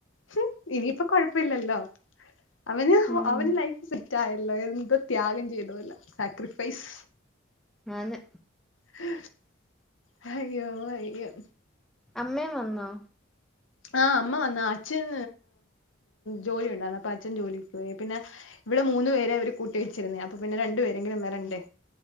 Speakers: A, on the left; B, in the centre.
A: ഹും ഇനിയിപ്പം കൊഴപ്പയില്ലല്ലോ അവന്
B: ഉം
A: അവന് ലൈഫ്സെറ്റായല്ലോ എന്ത് ത്യാഗം ചെയ്തോലെ സാക്രിഫൈസ്
B: ആന്ന്‌
A: ഹ് ഹയ്യോ ഹയ്യോ
B: അമ്മേം വന്നോ
A: ആ അമ്മ വന്ന്‌ അച്ഛൻ ജോലി ഉണ്ടാര് ന്ന് അപ്പ അച്ഛൻ ജോലിക്ക് പോയി പിന്നെ ഇവിടെ മൂന്ന് വേരെ അവര് കൂട്ടി വച്ചിരുന്നയാ അപ്പ പിന്നെ രണ്ടുവേ രെങ്കിലും വരണ്ടേ